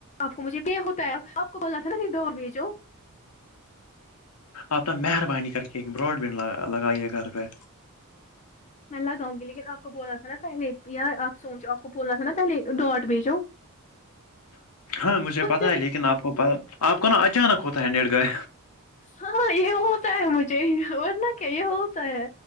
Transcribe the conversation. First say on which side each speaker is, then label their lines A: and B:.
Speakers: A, on the left (about 30°); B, on the left (about 80°).
A: آپ کو مجھے یہ ہوتا ہے آپ کو بولنا تھا نا دو و جوو
B: آپ نے مہربانی کر کے ایک براڈ بینڈ لگائیے گھر پہ
A: میں لگاؤں گی لیکن آپ کو بولنا تھا نا پہل یا آپ سوچو آپ کو بولنا تھا نا پہلے ڈاٹ بیجو
B: <inaudible> ہاں مجھے پتا
A: سے
B: ہے لیکن آپ کو آپ کو نا اچانک ہوتا ہے نیٹ گائے
A: ہاں یہ ہوتا ہے مجھے ورنہ کیا یہ ہوتا ہے